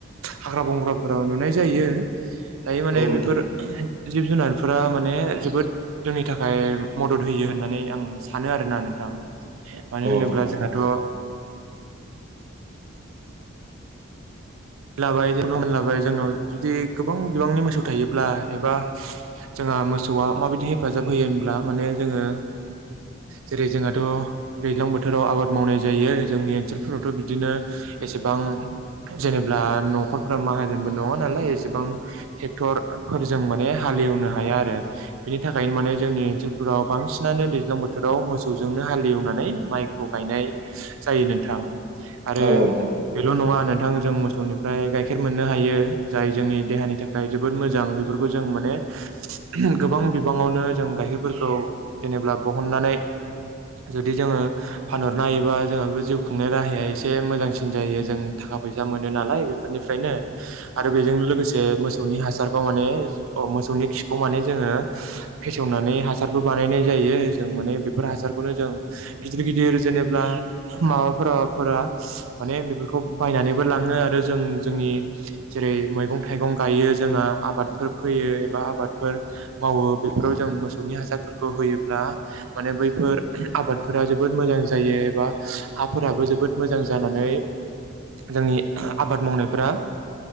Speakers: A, on the right; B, on the right.
A: हाग्रा बंग्राफोराव नुनाय जायो दायो माने
B: औ औ
A: बेफोर जिब जुनारफोरा माने जोबोद जोंनि थाखाय मदद होयो होननानै आं सानो आरोना नोंथां। मानो होनोब्ला
B: नोंथां
A: जोंहाथ' लाबाय जेब्ला मोनलाबाय जोंनाव जुदि गोबां बिबांनि मोसौ थायोब्ला एबा जोंहा मोसौआ माबायदि हेफाजाब होयो होनब्ला माने जोङो जेरै जोंहाथ' दैज्लां बोथोराव आबाद मावनाय जायो जोंनि ओनसोलफोरावथ' बिदिनो एसेबा ओं जेनेब ब्ला न'खरफोरा माहाजोनबो नङा नालाय एसेबां ट्रेक्टर फोरजों माने हालेवनो हाय या आरो बेनि थाखायनो माने जोंनि ओनसोलफोराव बांसिनानो दैज्लां बोथोराव मोसौजोंनो हालेवनानै माइखौ गायनाय जायो नोंथां। आरो
B: औ नोंथां औ नोंथां औ नोंथां औ
A: बेल' नङा नोंथां जों मोसौनिफ्राय गाइखेर मोननो हायो। जाय जोंनि देहानि थाखाय जोबोद मोजां बेफोरखौ जों माने गोबां बिबाङावनो जों गाइखेरफोरखौ जेनेब्ला बहननानै जुदि जोङो फानहरनो हायोबा जोंहाबो जिउ खुंनाय राहाया एसे मोजांसिन जायो जों खा फैसा मोन नो नालाय बेफोरनिफ्रायनो आरो बेजोंनो लोगोसे मोसौनि हासारखौ माने अ मोसौनि खि खौ माने जोङो फेसेवनानै हासारबो बानायनाय जायो जों माने बेब फोर हासारखौनो जों गिदिर गिदिर जेनेब्ला माबाफोराफोरा माने बेफोरखौ बायनानै बो लाङो आरो जों-जोंनि जेरै मैगं थाइगं गायो जोंहा आबादफोर फोयो एबा बा आबादफोर मावो बेफोराव जों मोसौनि हासारफोरखौ होयोब्ला माने बैफोर आबादफोरा जोबोद मोजां जायो एबा हाफोराबो जोबोद मोजां जानानै
B: <inaudible>
A: जोंनि आबाद मावनायफोरा